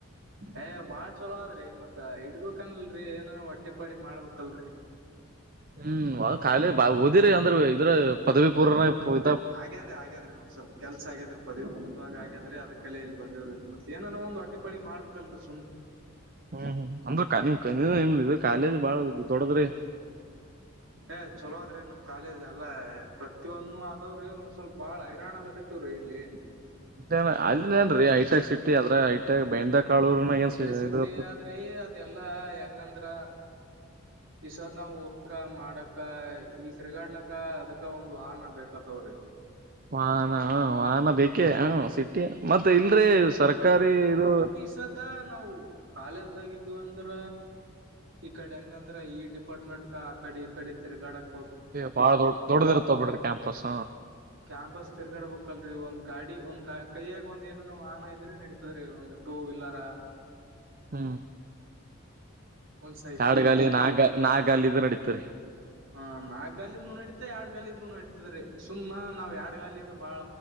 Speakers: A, on the right; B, on the right.
A: ಏ ಬಾಳ ಚಲೋ ಅದ ರಿ ಮತ್ತ ಇಡ್ಬೇಕನ್ಲ್ರರಿ ಏನೇನೋ ಹೊಟ್ಟಿ ಪಾಡಿಗ ಮಾಡ್ಬೇಕಲ್ರರಿ.
B: ಹ್ಮ್ ಅವ ಖಾಲಿ ಬ ಓದಿರಿ ಅಂದ್ರ ಇದ್ರ ಪದವಿ ಪೂರ್ವನಾಗ. <unintelligible>
A: ಆಗೇದ ಆಗೆದ್ರಿ ಒಂದ ಸ್ವಲ ಕೆಲಸ ಆಗ್ಯಾದ್ರ ಪದವಿ ಪೂರ್ವದಾಗ ಆಗ್ಯಾದ್ರಿ ಅದಕ್ಕಲ್ಲೇ ಬಂದಿವರಿ ಇದ ಮತ್ತ ಏನನ ಒಂದ ಹೊಟ್ಟಿ ಪಾಡಿಗ ಮಾಡ್ಬೇಕು. ಬೆಕ್ಕಲ್ರಿ ಸುಮ್ಮ.
B: ಹ್ಮ್ ಹ್ಮ್ ಅಂದ್ರು ಕಾ ನಿಮ್ಮ ನಿಮ್ಮ ಕಾಲೇಜ್ ಬಾಳ ದೊಡದ್ರಿ.
A: ಏ ಚಲೋ ಅದ್ರಿ ನಮ್ಮ ಕಾಲೇಜ್ ಎಲ್ಲಾ ಪ್ರತಿಯೊಂದು ಅದವ್ರಿ ಒಂದ ಸ್ವಲ್ಪ ಬಾಳ ಹೈರಾಣ ಆಲಕತಿ. ಇರ್ತೀವಿರಿ ಇಲ್ಲಿ.
B: ಅಂತೇನ ಅಲ್ಲೆನರಿ ಹೈಟೆಕ್ ಸೀಟಿ ಅದರಾಗ ಹೈಟೆಕ್ ಬೆಂದ. ಕಾಳೂರ್ನ
A: ಹೈ
B: ಏನ್
A: ಪೈ ಸಿಟಿ
B: ಇದ
A: ಅದ್ರಿ ಅದೆಲ್ಲಾ ಹೆಂಗಂದ್ರ. ಇಸದ ನಾವು ಹೋಗಕ ಮಾಡಕ್ಕ ಇಲ ತಿರ್ಗಾಡ್ಲಕ್ಕ ಅದಕ್ಕ ಒಂದ ವಾಹನ ಬೇಕಾತ್ತವ್ರಿ.
B: ವಾಹನ ಹ ವಾಹನ ಬೇಕೇ ಹ ಸಿಟಿ ಮತ್ತೆ ಇಲ್ರಿ ಸರ್ಕಾರಿ ಇದು.
A: ದ <unintelligible> ನಾವು ಕಾಲೇಜದಾಗ ಇದ್ದೀವ ಅಂದ್ರ. ಈಕಡಿ ಹೆಂಗಂದ್ರ ಈ ಡಿಪಾರ್ಟ್ಮೆಂಟ್ ಕ ಆಕಡಿ ಈಕಡಿ ತಿರ್ಗಾಡಕ.
B: ಏ ಬಾಳ ದೊಡ ದೊಡ್ಡದ ಇರತ್ತ ಬಿಡ್ರಿ ಕ್ಯಾಂಪಸ್.
A: ಕ್ಯಾಂಪಸ್ ತಿರಗಾಡಬೆಕ್ಕಲ್ಲರಿ ಒಂದ ಗಾಡಿ ಒಂದ ಗಾ ಕೈಯಾಗ ಒಂದ ಏನನೋ ವಾಹನ ಇದ್ರೆ ನಡತದ ರೀ ಒಂದ. Two wheeler.
B: ಹು.
A: ಒಂದ್ ಸೈಕಲ
B: ಕಾಡಗಾಲಿ ನಾಕ ಗಾಲಿ ನಾಕ ಗಾಲಿ ನಡೀತರೀ.
A: ಹ ನಾಕ ಗಾಲಿದನೂ ನಡತದ ಎರಡ ಗಾಲಿಂದು ನಡತದ್ರಿ ಸುಮ್ಮ ನಾವ ಎರಡ ಗಾಲಿದ ಬಾಳ.